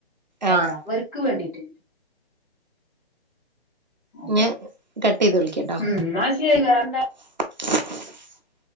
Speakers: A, on the right; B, on the left.
A: ആഹ്
B: അല്ല അവർക്ക് വേണ്ടിട്ട് അതേ
A: ഞാൻ കട്ട് ചെയ്ത് വിളിക്കാട്ടോ
B: ഉം ന്നാശരി വേറെന്താ
A: <inaudible>